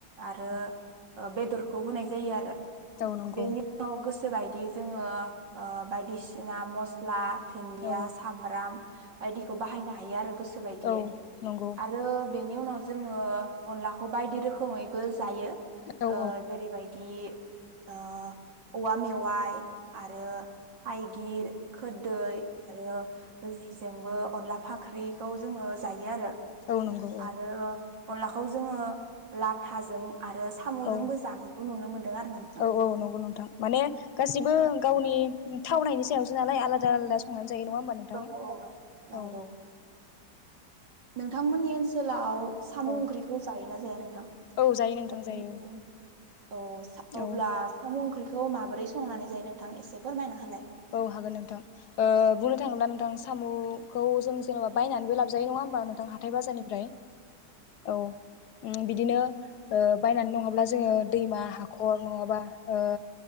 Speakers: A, on the right (about 80°); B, on the left (about 65°).
A: आरो
B: औ
A: बेदरखौ होनाय जायो आरो।
B: नंगौ
A: बेनि उनाव गोसोबायदि जोङो ओ बायदिसिना मस्ला दुन्दिया
B: औ नंगौ
A: सामब्राम बायदिखौ बाहायनो हायो आरो गोसो बायदियै
B: औ नंगौ
A: आरो बेनि उनाव जोङो अनलाखौ बायदि रोखोमैबो जायो।
B: औ
A: ओ जेरै बादि बिदि ओ औवा मेवाइ आरो <unintelligible> <unintelligible> खोरदै आरो जोंबो अनला फाख्रिखौ जोङो जायो आरो।
B: औ नंगौ
A: आरो अनलाखौ जोङो लाथाजों आरो सामजोंबो
B: औ औ
A: जानायखौ नुनो मोनदों आरो नोंथां।
B: औ औ नंगौ नोंथां माने गासिबो गावनि थावनायनि सायावसो नालाय आलादा आलादा संनानै जायो नङा होमबा नोंथां
A: औ औ नंगौ
B: औ।
A: नोंथांमोननि ओनसोलाव साम ओंख्रिखौ
B: औ
A: जायोना? जाया नों
B: औ जायो नोंथां जायो
A: औ अब्ला
B: औ
A: साम ओंख्रि खौ माबोरै संनानै जायो नोंथां एसे फोरमायना होलाय।
B: औ हागोन नोंथां। ओ बुंनो थाङोब्ला नोंथां सामुखौ जों जेनेबा बायनानैबो लाबजायो नङा होमबा नोंथां हाथाय बाजारनिफ्राय। औ ओम बिदिनो ओ बायनानै नङाब्ला जोङो दैमा हाखर नङाबा ओ